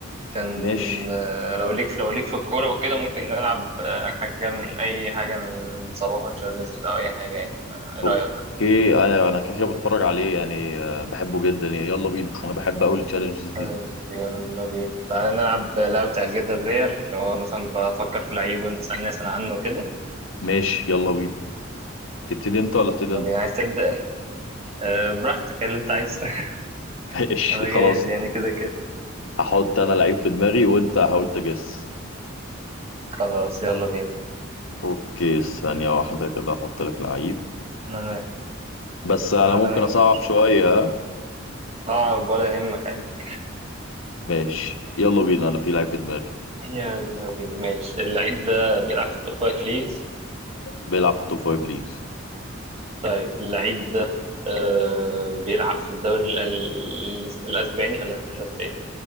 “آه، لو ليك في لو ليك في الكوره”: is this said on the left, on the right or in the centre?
Right